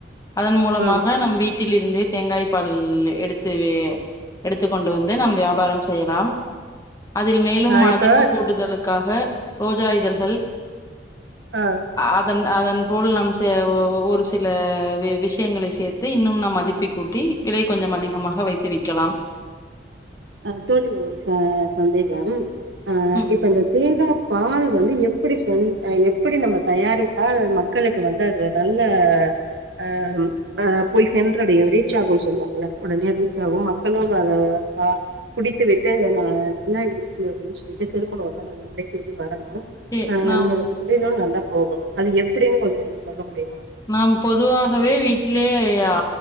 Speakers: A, on the left; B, on the right.
A: அதன் மூலமாக
B: ம்
A: நம் வீட்டில் இருந்து தேங்காய் பால் எடுத்து எடுத்துக் கொண்டு வந்து நம் வியாபாரம் செய்யலாம் அதில் மேலும்
B: ஆ
A: மதிப்பு
B: இப்ப
A: கூடுதலுக்காக ரோஜாயிதழ்கள்
B: ஆ
A: அதன் அதன் போல் நம் ச ஒரு சில விஷயங்களை சேர்த்து இன்னும் நாம் மதிப்பிக்கூட்டி விலை கொஞ்சம் அதிகமாக வைத்து விக்கலாம்
B: அஹ் தோழி ஒரு சந்தேகம் ஆஹ்
A: ம்
B: இப்ப இந்த தேங்கா பால் வந்து எப்படி செஹ எப்படி நம்ம தயாரித்தால் மக்களுக்கு வந்து அது நல்ல அம் அ போய் சென்றடையும் ரீச் ஆகும்னு சொல்லுவாங்கள உடனே ரீச் ஆகும் மக்களும் அத ஆஹ் குடித்து விட்டு ந நல்லா இருக்கு அப்டின்னு சொல்லிட்டு திரும்ப வரணும் நம்முட தேடி வரணும்
A: எ
B: ஆஹ்
A: நாம்
B: நம்மளோட தொழிலும் நல்ல லா போகணும் அது எப்படின்னு கொஞ்சம் சொல்ல முடியும்
A: நாம் பொதுவாகவே வீட் லே ஆ